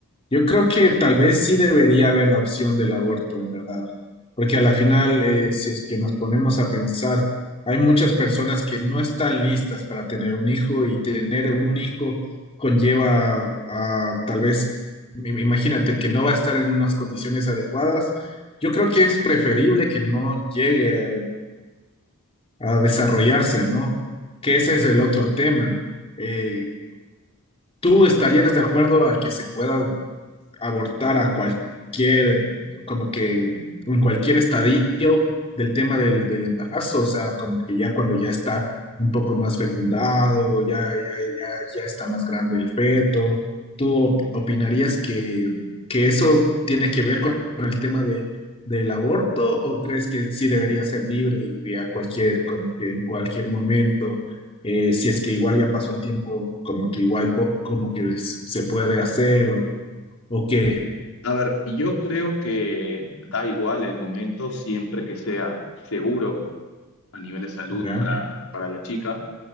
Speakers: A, on the left; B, on the left.
A: Yo creo que tal vez sí debería haber la opción del aborto, en verdad, porque a la final, eh, si es que nos ponemos a pensar, hay muchas personas que no están listas para tener un hijo y tener un hijo conlleva a tal vez, im- imagínate, que no va a estar en unas condiciones adecuadas. Yo creo que es preferible que no llegue a, a- a desarrollarse, ¿no? Que ese es el otro tema. Eh, ¿Tú estarías de acuerdo a que se pueda abortar a cualquier, como que en cualquier estadio del tema del, del embarazo, o sea, como que ya cuando ya está un poco más fecundado, ya, ya, ya, ya está más grande el feto. ¿Tú op- opinarías que, que eso tiene que ver con el tema de, del aborto o crees que sí debería ser libre y, y a cualquier, como que en cualquier momento, eh, si es que igual ya pasó el tiempo, como que igual po- como que se puede hacer o, o qué?
B: A ver, yo creo que da igual el momento siempre que sea seguro a nivel de salud
A: Ya,
B: para, para la chica,